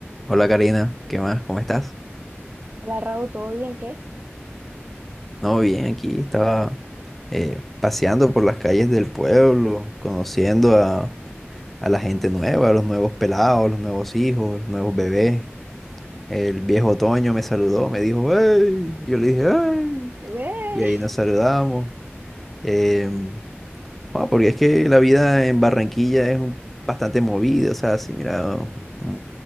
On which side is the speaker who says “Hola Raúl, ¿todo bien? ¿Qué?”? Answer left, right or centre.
Right